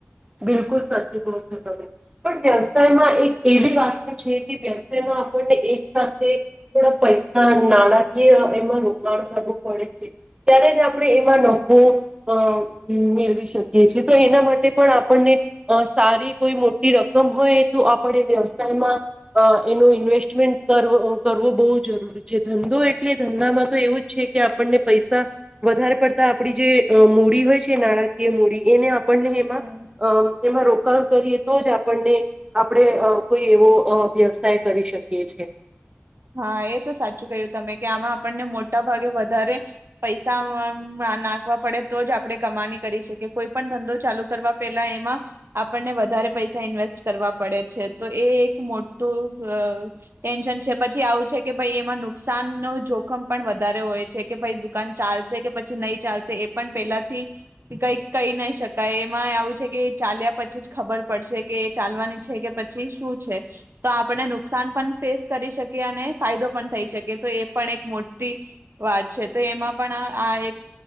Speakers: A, on the right; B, on the right.
A: બિલકુલ સાંચુ કહો છો તમે. પણ વ્યવસાયમાં એક એવી વાત છે કે, વ્યવસાયમાં આપણને એક સાથે થોડા પૈસા નાણાકીય એમાં રોકાણ કરવું પડે છે. ત્યારે જ આપણે એમાં નફો અ મેળવી શકીએ છીએ તો એના માટે પણ આપણને સારી કોઈ મોટી રકમ હોય તો, આપણે વ્યવસાયમાં અ એનો ઇન્વેસ્ટમેન્ટ કર કરવો બહુ જરૂરી છે. ધંધો એટલે ધંધામાં તો એવું જ છે કે, આપણને પૈસા વધારે પડતા આપડી જે મૂડી હોય છે. નાણાકીય મૂડી એને આપ પણનેઈમાં
B: હમ
A: અમ એમાં રો ણ કરીએ તો જ આપણને આપડે અ કોઈ એવો અ વ્યવસાય કરી શકીએ છે
B: હા એ તો સાચું કહ્યું તમે કે આમાં આપણને મોટા ભાગે વધારે પૈસા અ અમ્મ નાખવા પડે તો જ આપણે કમાની કરી શકીએ કોઈ પણ ધંધો ચાલુ કરવા પેલા એમાં આપણને વધારે પૈસા ઇન્વેસ્ટ કરવા પડે છે, તો એ એક મોટું અ ટેન્શન છે. પછી આવું છે કે ભાઈ એમાં નુકસાન ન જોખમ પણ વધારે હોય છે, કે ભાઈ દુકાન ચાલશે કે પછી નહી ચાલશે એ પણ પેલાથી કઈ કઈ નહી શકાય એમાં આવું છે, કે ચાલ્યા પછી જ ખબર પડશે કે એ ચાલવાની છે, કે પછી શું છે તો આપણને નુકસાન પણ ફેસ કરી શ કે અને ફાયદો પણ થઈ શકે તો એ પણ એક મોટી વાત છે તો એમાં પણ આ આ એક